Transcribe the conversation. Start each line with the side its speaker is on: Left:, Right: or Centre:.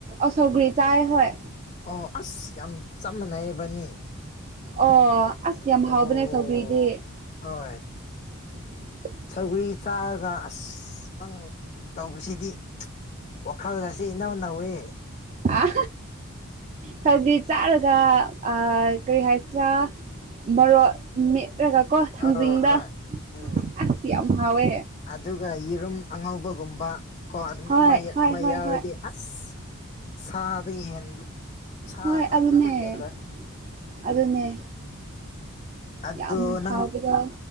Right: ꯑꯁꯒ꯭ꯔꯤ ꯆꯥꯏ ꯍꯣꯏ
Left: ꯑꯣ ꯑꯁ ꯌꯥꯝ ꯆꯞ ꯃꯥꯟꯅꯩꯌꯦ ꯏꯕꯥꯅꯤ
Right: ꯑꯣ ꯑꯁ ꯌꯥꯝ
Left: ꯑꯣ
Right: ꯍꯥꯎꯕꯅꯦ ꯁꯧꯒ꯭ꯔꯤꯗꯤ
Left: ꯍꯣꯏ
Right: <unintelligible>
Left: ꯁꯧꯒ꯭ꯔꯤ ꯆꯥꯔꯒ ꯑꯁ ꯅꯪ ꯇꯧꯕꯁꯤꯗꯤ ꯋꯥꯈꯜꯒꯁꯦ ꯏꯅꯧ ꯅꯧꯋꯦ
Right: ꯑꯥ ꯁꯧꯒ꯭ꯔꯤ ꯆꯥꯔꯒ ꯀꯔꯤ ꯍꯥꯏꯁꯤꯔꯥ ꯃꯔꯣꯛ ꯃꯦꯠ ꯔꯒ ꯀꯣ ꯊꯥꯡꯖꯤꯡꯗ
Left: ꯑꯧ ꯍꯣꯏ ꯎꯝ
Right: ꯑꯁ ꯌꯥꯝ ꯍꯥꯎꯋꯦ
Left: ꯑꯗꯨꯒ ꯌꯦꯔꯨꯝ ꯑꯉꯧꯕꯒꯨꯝꯕ ꯀꯣ ꯑꯗꯨꯝ
Right: ꯍꯣꯏ
Left: ꯑꯃ
Right: ꯍꯣꯏ
Left: ꯑꯃ
Right: ꯍꯣꯏ
Left: ꯌꯥꯎꯔꯗꯤ
Right: ꯍꯣꯏ
Left: ꯑꯁ ꯁꯥꯗꯩ ꯍꯦꯟ ꯁꯥꯅ
Right: ꯍꯣꯏ ꯑꯗꯨꯅꯦ
Left: ꯀꯩꯁꯨ ꯍꯦꯜꯂꯣꯏ
Right: ꯑꯗꯨꯅꯦ
Left: ꯑꯗꯨ
Right: ꯌꯥꯝ
Left: ꯅꯪ
Right: ꯍꯥꯎꯕꯗꯣ